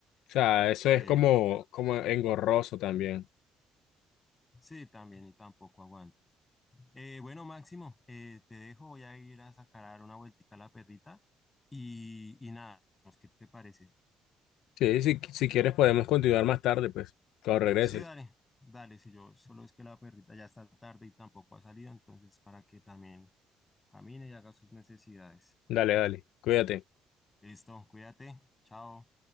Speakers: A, on the left; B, on the left.
A: O sea, eso
B: Sí,
A: es como, como engorroso también.
B: sí, también y tampoco aguanta. Eh, bueno, Máximo, eh, te dejo, voy a ir a sacar a dar una vueltica a la perrita y, y nada, pues, ¿qué te parece?
A: Sí, si, si quieres podemos continuar más tarde, pues, cuando regreses.
B: Sí, dale, dale, si yo solo es que la perrita ya está tarde y tampoco ha salido, entonces para que también camine y haga sus necesidades.
A: Dale, dale, cuídate.
B: Listo, cuídate, chao.